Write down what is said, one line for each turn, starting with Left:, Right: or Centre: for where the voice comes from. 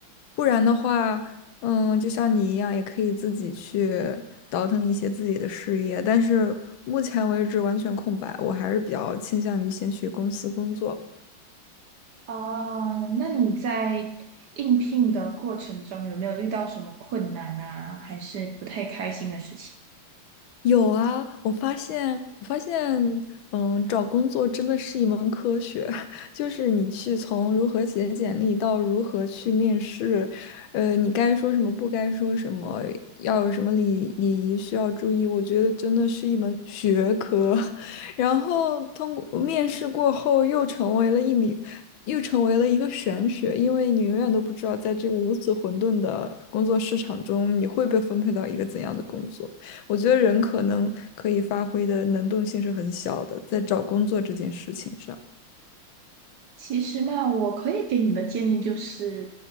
Left: 不然的话，嗯，就像你一样，也可以自己去倒腾一些自己的事业。但是目前为止完全空白，我还是比较倾向于先去公司工作。
Right: 啊，那你在应聘的过程中有没有遇到什么困难啊，还是不太开心的事情？
Left: 有啊，我发现，我发现，嗯，找工作真的是一门科学，<laughs> 就是你去从如何写简历到如何去面试，呃，你该说什么，不该说什么，要有什么礼礼仪需要注意，我觉得真的是一门学科。<laughs> 然后通过面试过后，又成为了一名，又成为了一个玄学，因为你永远都不知道在这个如此混沌的工作市场中，你会被分配到一个怎样的工作。我觉得人可能可以发挥的能动性是很小的，在找工作这件事情上。
Right: 其实嘛，我可以给你的建议就是，